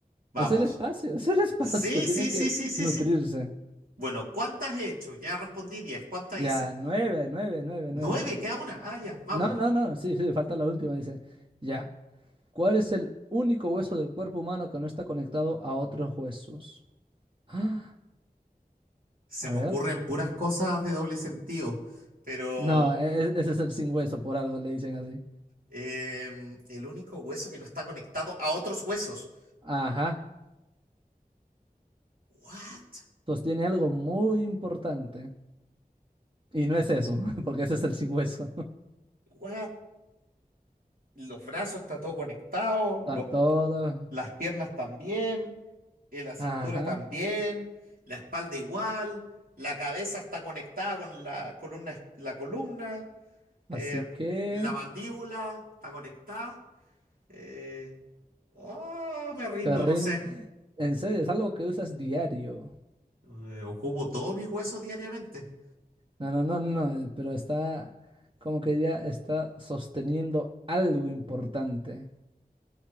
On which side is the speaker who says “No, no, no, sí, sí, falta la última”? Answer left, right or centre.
Right